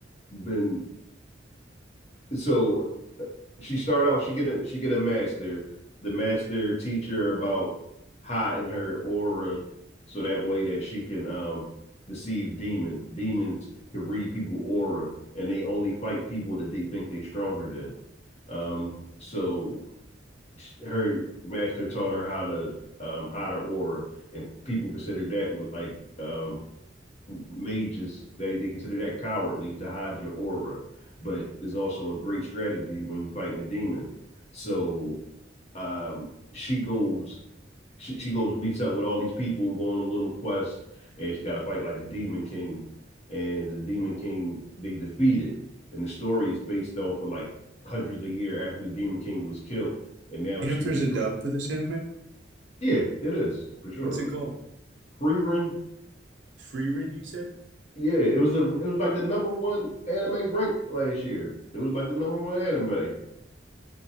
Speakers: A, on the left; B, on the right.
A: been so uh, she started out she get a she get a master, the master teacher about hiding her aura, so that way that she can um deceive demons. Demons can read people aura, and they only fight people that they think they are stronger than. Um, so her master taught her how to um, hide her aura, and people consider that with like um, mages they they consider that cowardly to hide your aura, but it's also a great strategy when you're fighting the demons. So um, she goes she she goes meets up with all these people and go on a little quest, and she got to fight like a demon king, and the demon king they defeat it, and the story is based off of like hundreds of year after the demon king was killed, and now
B: You
A: she
B: know if there's
A: recruit.
B: a dub for this anime?
A: Yeah, it is for sure.
B: What's it called?
A: Freerun.
B: Free Rin, you said?
A: Yeah, it was a it was like the number one anime ranked last year. It was like the number one anime.